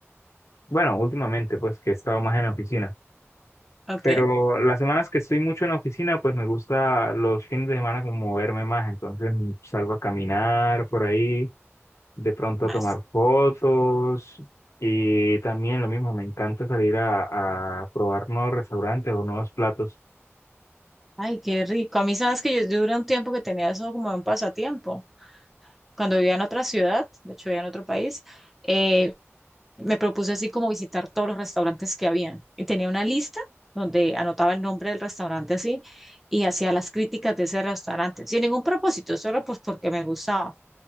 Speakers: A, on the left; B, in the centre.
A: Bueno, últimamente pues que he estado más en la oficina.
B: Ok.
A: Pero las semanas que estoy mucho en la oficina, pues me gusta los fines de semana como moverme más. Entonces salgo a caminar por ahí, de pronto
B: Ah,
A: a tomar
B: sí.
A: fotos. Y también lo mismo, me encanta salir a, a probar nuevos restaurantes o nuevos platos.
B: Ay, qué rico. A mí, ¿sabes que yo, yo duré un tiempo que tenía eso como un pasatiempo? Cuando vivía en otra ciudad, de hecho vivía en otro país, eh, me propuse así como visitar todos los restaurantes que habían. Y tenía una lista donde anotaba el nombre del restaurante así y hacía las críticas de ese restaurante, sin ningún propósito, solo pues porque me gustaba.